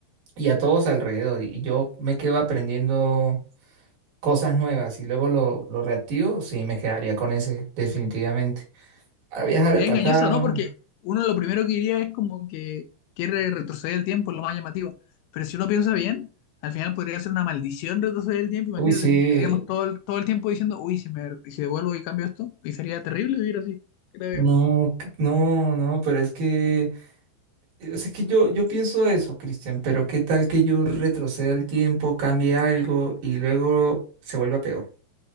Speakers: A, on the right; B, on the left.
A: y a todos alrededor. Y yo me quedo aprendiendo cosas nuevas y luego lo, lo reactivo, sí, me quedaría con ese, definitivamente. A viajar
B: Es
A: al pasado.
B: engañosa, ¿no? Porque uno lo primero que diría es como que quiere retroceder el tiempo, es lo más llamativo. Pero si uno piensa bien, al final podría ser una maldición retroceder el tiempo, imagínate.
A: Uy, sí.
B: Estaríamos todo el, todo el tiempo diciendo, uy, si me y si devuelvo y cambio esto, y sería terrible vivir así, creo
A: No,
B: yo.
A: c- no, no, pero es que, eh, es que yo, yo pienso eso, Cristian, pero qué tal que yo retroceda el tiempo, cambie algo y luego se vuelva peor.